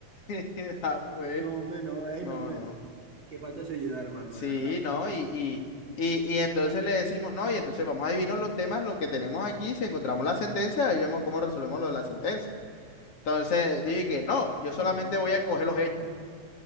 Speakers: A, on the left; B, on the right.
A: <laughs> Ah, pues,
B: No, hombre, no, ey,
A: no,
B: no, hombre.
A: no.
B: Qué falta de seriedad, hermano,
A: Sí,
B: de verdad.
A: no, y, y, y, y entonces le decimos, no, y entonces vamos a adivinar los temas, lo que tenemos aquí, si encontramos la sentencia, ahí vemos cómo resolvemos lo de la sentencia. Entonces dije que no, yo
B: <laughs>
A: solamente
B: Joda.
A: voy a coger los hechos.